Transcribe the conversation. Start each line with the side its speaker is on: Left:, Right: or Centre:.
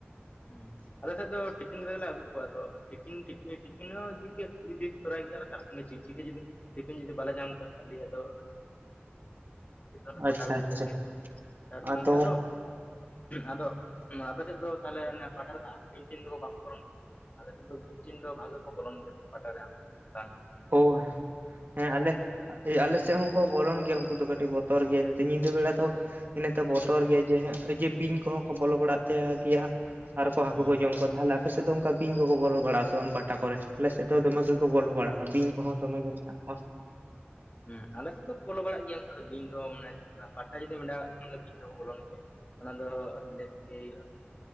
Left: ᱦᱩᱸ ᱟᱞᱮ ᱥᱮᱫ ᱫᱚ ᱴᱤᱯᱷᱤᱱ ᱠᱟᱛᱮ ᱜᱮᱞᱮ ᱟᱹᱜᱩ ᱠᱚᱣᱟ ᱟᱫᱚ ᱴᱤᱯᱤᱱ <unintelligible> ᱴᱤᱯᱷᱤᱱ ᱦᱚᱸ ᱤᱫᱤ ᱠᱮᱫ ᱢᱤᱫ ᱫᱤᱱ ᱛᱚᱨᱟᱭ ᱜᱮᱭᱟᱞᱮ ᱛᱟᱨ ᱥᱚᱝᱜᱮ ᱪᱤᱠᱪᱤᱠᱤ ᱡᱩᱫᱤ ᱴᱤᱯᱷᱤᱱ ᱡᱩᱫᱤ ᱵᱟᱞᱮ <unintelligible> ᱟᱫᱚ <unintelligible> ᱠᱚᱴᱟ
Right: ᱟᱪᱪᱷᱟ
Left: ᱟᱜᱩ
Right: ᱟᱪᱪᱷᱟ
Left: ᱠᱚᱜᱮᱭᱟ ᱛᱟᱨ
Right: ᱟᱫᱚ
Left: ᱥᱚᱸᱝᱷᱮ ᱫᱚ ᱟᱫᱚ ᱟᱯᱮᱥᱮᱫ ᱫᱚ ᱛᱟᱦᱞᱮ ᱯᱟᱴᱟ ᱨᱮ <unintelligible> ᱟᱞᱮ ᱛᱮᱫᱚ ᱢᱤᱫᱴᱤᱱ ᱫᱚ ᱵᱷᱟᱜᱮ ᱠᱚ ᱵᱚᱞᱚᱱ ᱜᱮᱭᱟ ᱯᱟᱴᱟ <unintelligible> ᱵᱟᱝ
Right: ᱳ ᱦᱮᱸ ᱟᱞᱮ ᱟᱞᱮ ᱥᱮᱫ ᱦᱚᱸᱠᱚ ᱵᱚᱞᱚᱱ ᱜᱮᱭᱟ ᱩᱱᱠᱩ ᱫᱚ ᱠᱟᱹᱴᱤᱡ ᱵᱚᱛᱚᱨ ᱜᱮᱭᱟ ᱧᱤᱫᱟᱹ ᱵᱮᱲᱟ ᱫᱚ ᱤᱱᱟᱹᱛᱮ
Left: ᱦᱩᱸ
Right: ᱵᱚᱛᱚᱨ ᱜᱮᱭᱟ ᱡᱮ ᱡᱮ ᱵᱤᱧ ᱠᱚᱦᱚᱸ ᱠᱚ ᱵᱚᱞᱚ ᱵᱟᱲᱟᱜ ᱛᱟᱭ ᱜᱮᱭᱟ ᱟᱨ ᱠᱚ ᱦᱟᱹᱠᱩ
Left: ᱦᱩᱸ
Right: ᱠᱚ ᱡᱚᱢ ᱠᱚ <unintelligible> ᱟᱯᱮᱥᱮᱫ ᱫᱚ ᱚᱱᱠᱟ ᱵᱤᱧ ᱠᱚᱠᱚ ᱵᱚᱞᱚ ᱵᱟᱲᱟᱜ ᱥᱮ ᱵᱟᱝ ᱯᱟᱴᱟ ᱠᱚᱨᱮ? ᱟᱞᱮᱥᱮᱫ ᱫᱚᱢᱮ ᱜᱮᱠᱚ ᱵᱚᱞᱚ ᱵᱟᱲᱟᱜᱼᱟ᱾ ᱟ ᱵᱤᱱ ᱠᱚᱦᱚᱸ ᱫᱚᱢᱮ ᱜᱮ ᱢᱮᱱᱟᱜ ᱠᱚᱣᱟ᱾
Left: ᱦᱮᱸ ᱟᱞᱮ ᱥᱮᱫ ᱫᱚᱠᱚ ᱵᱚᱞᱚ ᱵᱟᱲᱟᱜ ᱜᱮᱭᱟ ᱚᱱᱠᱟ ᱫᱚ ᱵᱤᱧ ᱫᱚ ᱢᱟᱱᱮ ᱯᱟᱴᱟ ᱡᱩᱫᱤᱢ ᱮᱰᱟᱣ ᱠᱟᱜ <unintelligible> ᱵᱚᱞᱚᱱ ᱜᱤᱭᱟ, ᱚᱱᱟ ᱫᱚ <unintelligible>